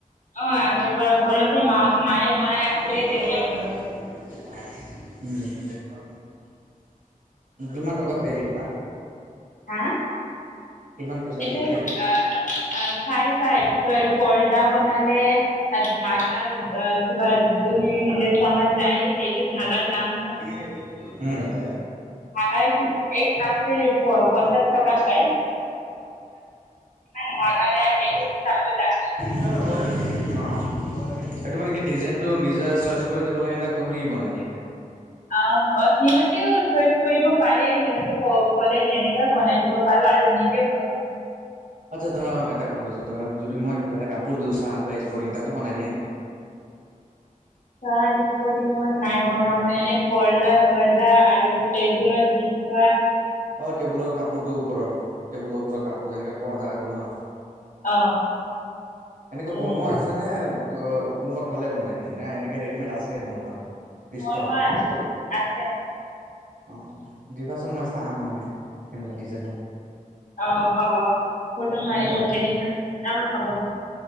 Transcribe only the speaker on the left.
অ, আগাৰ পৰা ঘৰতে মা মায়ে বনাই
আছিলে তেতিয়া
হা।
এইটো
আঁ‌ আঁ চাই চাইত পৰ্দা বনালে। আত ধাগা আঁ কিবা দুই লেছামান যায় এইটো ধাগাৰ দাম।
ধাগাই এক লাচিত প পঞ্চাছ টকা হয়। নাই ভাগা যায় এইটো চাপত বাকি।
অ বাত সিহঁতেও চইচ কৰিব পাৰে সিহঁতে। ত ক'লে সেনেকৈ বনাই দিব পাৰো আৰু নিজেও বনাও।
চাৰ্ট স্পটিঙত নাই বনোৱা মই এনে পৰ্দা চৰ্দা আৰু টেবুলত দি থোৱা।
অ
তেনেকে
বনোৱা
আছে আছে
অ হ'ব ফটো মাৰি
পঠাই দিম অহ হ'ব